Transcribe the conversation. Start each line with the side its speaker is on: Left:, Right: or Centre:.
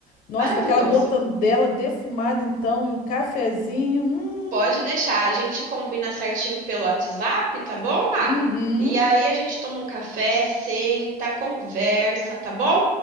Left: Nossa,
Right: Maravilhoso.
Left: com aquela mortandela defumada, então, e um cafezinho. hum,
Right: Pode deixar, a gente combina certinho pelo WhatsApp, tá bom, Má?
Left: Uhum,
Right: E aí a gente toma um café, senta, conversa, tá bom?